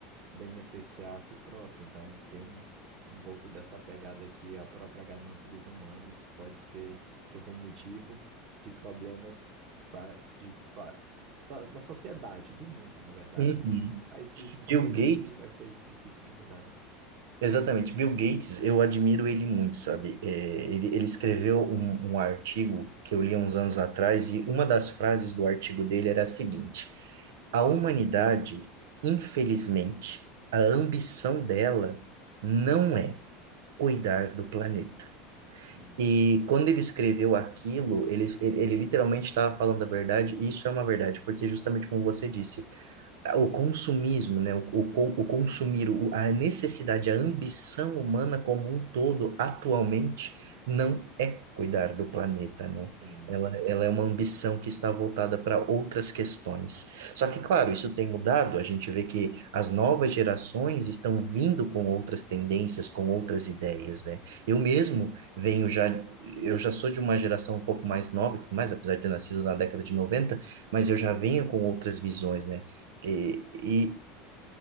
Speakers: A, on the right; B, on the right.
A: beneficiar a si próprio. Então tem um um pouco dessa pegada que a própria ganância dos humanos pode ser tipo, um motivo de problemas de, va- de va- da, da sociedade, do mundo, na verdade,
B: Uhum.
A: né? Mas isso são
B: Bill
A: coisas
B: Gates,
A: que vai ser difícil de mudar, né?
B: Exatamente. Bill Gates, eu admiro ele muito, sabe? É, ele, ele escreveu um, um artigo que eu li há uns anos atrás, e uma das frases do artigo dele era a seguinte: A humanidade, infelizmente, a ambição dela não é cuidar do planeta.
A: Sim.
B: E quando ele escreveu aquilo, ele, ele, ele literalmente estava falando a verdade, e isso é uma verdade, porque justamente como você disse o consumismo, né? O, o, con- o consumir, o- a necessidade, a ambição humana como um todo, atualmente, não é cuidar do planeta, né?
A: Sim.
B: Ela, ela é uma ambição que está voltada para outras questões. Só
A: Uhum.
B: que, claro, isso tem mudado, a gente vê que as novas gerações estão vindo com outras tendências, com outras ideias, né? Eu mesmo venho já, eu já sou de uma geração um pouco mais nova, e tudo mais apesar de ter nascido na década de 90, mas eu já venho com outras visões, né? E, e